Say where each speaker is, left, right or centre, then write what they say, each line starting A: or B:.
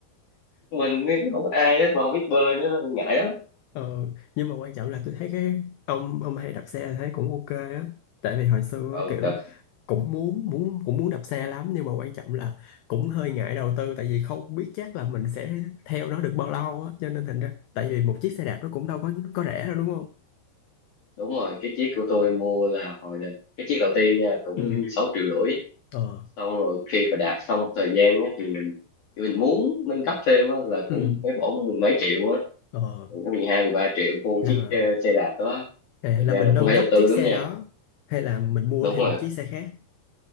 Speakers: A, on the left (about 50°); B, on the left (about 85°).
A: <laughs> mình ấy, không có ai hết mà không biết bơi nữa ngại lắm
B: Ờ, nhưng mà quan trọng là tôi thấy cái ông ông hay đạp xe thấy cũng ok á tại vì hồi xưa
A: ừ
B: á, kiểu
A: đập
B: cũng muốn muốn cũng muốn đạp xe lắm nhưng mà quan trọng là cũng hơi ngại đầu tư tại vì không biết chắc là mình sẽ theo nó được bao lâu á cho nên thành ra tại vì một chiếc xe đạp nó cũng đâu có có rẻ đâu đúng không
A: đúng rồi cái chiếc của tôi mua là hồi đợt cái chiếc đầu tiên nha cũng
B: ừ
A: sáu triệu rưỡi
B: ờ
A: xong rồi khi mà đạp xong thời gian á, thì mình thì mình muốn nâng cấp thêm á, là
B: ừ
A: cũng phải bỏ mười mấy triệu á
B: ờ
A: 12, 13 triệu mua
B: là
A: chiếc ờ, xe đạp đó
B: à,
A: thành
B: là
A: ra
B: mình
A: là
B: nâng
A: cũng phải
B: cấp
A: đầu tư
B: chiếc
A: lắm
B: xe
A: nha
B: đó hay là mình mua
A: đúng
B: thêm
A: rồi
B: một chiếc xe khác